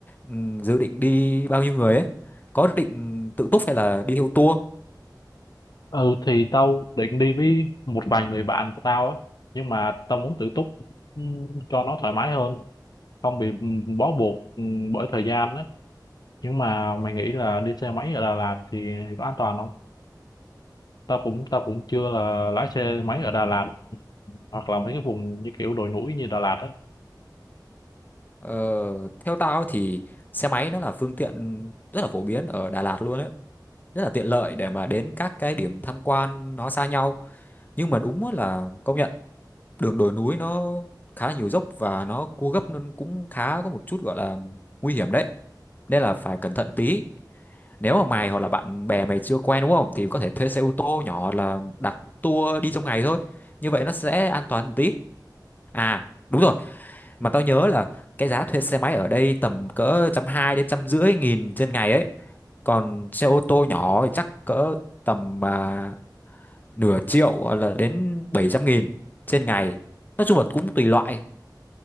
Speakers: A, on the left (about 25°); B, on the left (about 60°).
A: ừm, dự định đi bao nhiêu người ấy có định tự túc hay là đi theo tour
B: ừ thì tao định đi với một vài người bạn của tao á nhưng mà tao muốn tự túc ừm, cho nó thoải mái hơn không bị ừm, bó buộc ừm, bởi thời gian á nhưng mà mày nghĩ là đi xe máy ở Đà Lạt thì có an toàn không tao cũng tao cũng chưa là lái xe máy ở Đà Lạt hoặc là mấy cái vùng như kiểu đồi núi như Đà Lạt á
A: ờ, theo tao ấy thì xe máy nó là phương tiện rất là phổ biến ở Đà Lạt luôn ấy rất là tiện lợi để mà đến các cái điểm tham quan nó xa nhau nhưng mà đúng là công nhận đường đồi núi nó khá là nhiều dốc và nó cua gấp nên cũng khá có một chút gọi là nguy hiểm đấy nên là phải cẩn thận tí nếu mà mày hoặc là bạn bè mày chưa quen đúng không thì có thể thuê xe ô tô nhỏ hoặc là đặt tour đi trong ngày thôi như vậy nó sẽ an toàn một tí à đúng rồi mà tao nhớ là cái giá thuê xe máy ở đây tầm cỡ trăm hai đến trăm rưỡi nghìn trên ngày ấy còn xe ô tô nhỏ thì chắc cỡ tầm à, nửa triệu hoặc là đến 700 nghìn trên ngày nói chung là cũng tùy loại